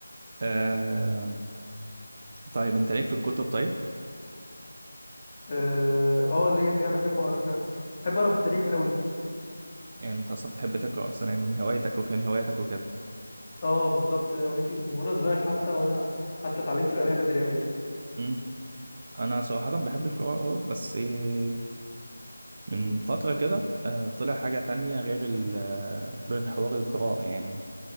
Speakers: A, on the right (about 35°); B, on the left (about 25°).
A: آه طيب انت ليك في الكتب طيب
B: اه آه، ليا فيها بحب اقرا فعلا بحب اقرا في التاريخ قوي
A: يعني انت اصلا بتحب تقرا اصلا يعني من هوايتك وكان هواياتك وكده
B: اه بالظبط هواياتي من وانا صغير حتى وانا حتى اتعلمت القرايه بدري قوي
A: امم انا صراحه بحب القراءه اه بس إيه، من فتره كده آه، طلع حاجه تانية غير ال آه، غير حوار القراءه يعني